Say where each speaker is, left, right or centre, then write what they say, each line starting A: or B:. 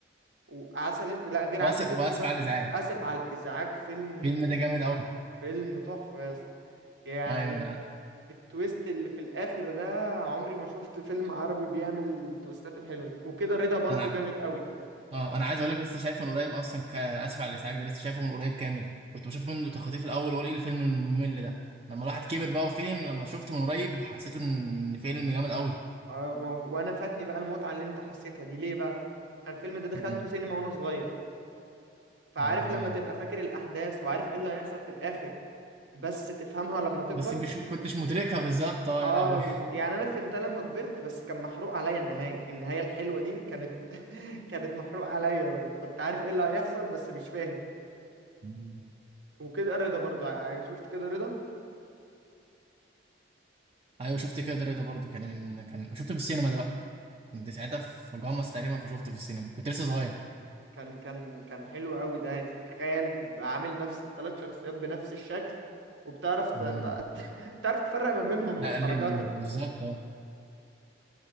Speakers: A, on the right; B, on the right.
A: وعسل أس- لا غير
B: واسف
A: عسل
B: واسف
A: اسود بقى
B: على الازعاج
A: اسف على الازعاج فيلم
B: الفيلم ده جامد قوي
A: فيلم تحفه يا اسطى. يعني
B: ايوه انا
A: التويست اللي في الاخر ده عمري ما شفت فيلم عربي بيعمل التويستات الحلوه دي وكده رضا برضو
B: انا
A: جامد قوي
B: اه انا عايز اقول لك لسه شايفه من قريب اصلا ك... اسف على الازعاج ده لسه شايفه من قريب كامل كنت بشوف منه تخاطيف الاول واقول ايه الفيلم الممل ده لما الواحد كبر بقى وفهم لما شفته من قريب حسيت ان فيلم جامد قوي
A: آه، ما- وانا فاتني بقى المتعه اللي انت حسيتها دي ليه بقى أنا الفيلم ده دخلته
B: م-م.
A: سينما وانا صغير فعارف
B: اه
A: لما تبقى فاكر الأحداث وعارف ايه اللي هيحصل في الآخر بس تفهمها لما تكبر
B: بس مش كنتش مدركها بالظبط اه
A: اه
B: يا لهوي
A: بز... يعني انا فهمتها لما كبرت بس كان محروق عليا النهاية النهاية الحلوة دي كانت <laughs> كانت محروق عليا وكنت عارف ايه اللي هيحصل بس مش فاهم
B: م.
A: وكده الرضا برضو ع- شفت كده الرضا
B: ايوه شفت كده رضا برضو كان من كان شفته في السينما ده بقى كنت ساعتها في جامعة تقريبا فشفته في السينما كنت لسه صغير
A: كان كان كان حلو قوي ده تخيل بيبقى عامل نفس الثلاث شخصيات بنفس الشكل وبتعرف ت...
B: م.
A: ت... <laughs> بتعرف تفرق ما بينهم
B: لا
A: من
B: قال
A: حركاتهم
B: لي بالظبط اه